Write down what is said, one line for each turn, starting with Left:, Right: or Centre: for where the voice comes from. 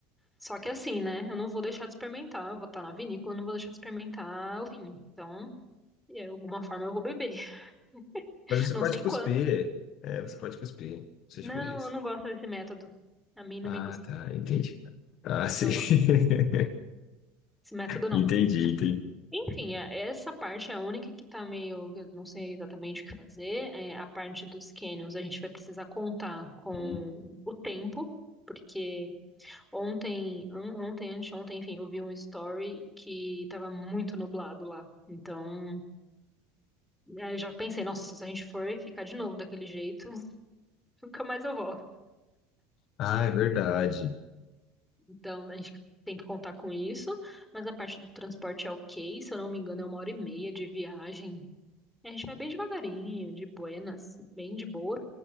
Centre: Só que assim, né? Eu não vou deixar de experimentar. Eu vou estar na vinícola, eu não vou deixar de experimentar o vinho. Então, de alguma forma eu vou beber. <laughs>
Left: Mas você
Centre: Não
Left: pode
Centre: sei
Left: cuspir.
Centre: quanto.
Left: É, você pode cuspir, suas
Centre: Não,
Left: gurias.
Centre: eu não gosto desse método. A mim não
Left: Ah,
Centre: me gusta.
Left: tá, entendi. Ah, sim.
Centre: Não
Left: <laughs>
Centre: gosto. Esse método não.
Left: Entendi, entendi.
Centre: Enfim, é- essa parte é a única que tá meio. que Eu não sei exatamente o que fazer. É a parte dos canyons, a gente vai precisar contar com
Left: Hum.
Centre: o tempo. Porque ontem, an- ontem, anteontem, enfim, eu vi um story que tava muito nublado lá. Então. Aí eu já pensei, nossa, se a gente for ficar de novo daquele jeito, <laughs> nunca mais eu volto.
Left: Ah, é verdade.
Centre: Então a gente tem que contar com isso, mas a parte do transporte é ok, se eu não me engano, é uma hora e meia de viagem. E A gente vai bem devagarinho, de buenas, bem de boa,